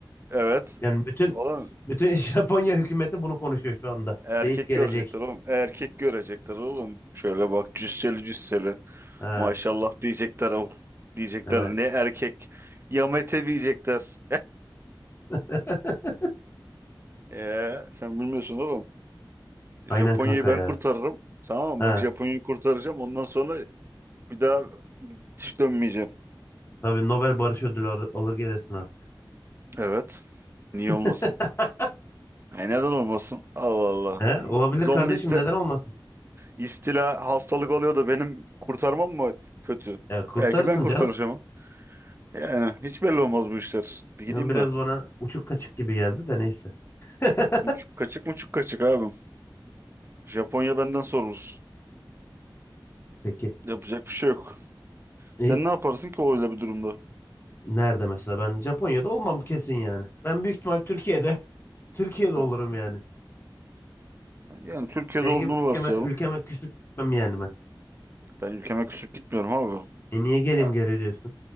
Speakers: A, on the right; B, on the left.
A: Evet.
B: Yani bütün
A: Oğlum
B: bütün <laughs> Japonya hükümeti bunu konuşuyor şu anda.
A: Erkek
B: Beyit gelecek.
A: görecekler oğlum. Erkek görecekler oğlum. Şöyle bak cüsseli cüsseli.
B: He.
A: Maşallah diyecekler oğlum. Diyecekler
B: Evet.
A: ne erkek. Yamete diyecekler.
B: <laughs>
A: Ee, sen bilmiyorsun oğlum. Japonya'yı
B: Aynen kanka
A: ben
B: ya.
A: kurtarırım. Tamam mı?
B: He.
A: Bak Japonya'yı kurtaracağım. Ondan sonra bir daha hiç dönmeyeceğim.
B: Tabii Nobel Barış Ödülü al- alır gelirsin artık.
A: Evet. Niye
B: <laughs>
A: olmasın? Ay neden olmasın? Allah Allah.
B: He, olabilir
A: Zombi
B: kardeşim
A: iste-
B: neden olmasın?
A: istila hastalık oluyor da benim kurtarmam mı kötü?
B: Ya kurtarırsın
A: Belki ben kurtaracağım.
B: canım.
A: Yani hiç belli olmaz bu işler. Bir
B: Yani
A: gideyim
B: biraz
A: de.
B: bana uçuk kaçık gibi geldi de neyse. <laughs>
A: Muçuk kaçık muçuk kaçık abim. Japonya benden sorulur.
B: Peki.
A: Yapacak bir şey yok.
B: E,
A: Sen ne yaparsın ki öyle bir durumda?
B: nerede mesela? Ben Japonya'da olmam kesin yani. Ben büyük ihtimal Türkiye'de. <laughs> Türkiye'de
A: Tamam.
B: olurum yani.
A: Yani Türkiye'de
B: Senin
A: olduğunu
B: gibi ülkeme,
A: varsayalım.
B: ülkeme küsüp gitmem yani ben.
A: Ben ülkeme küsüp gitmiyorum abi.
B: E niye geleyim
A: Ya,
B: geri diyorsun?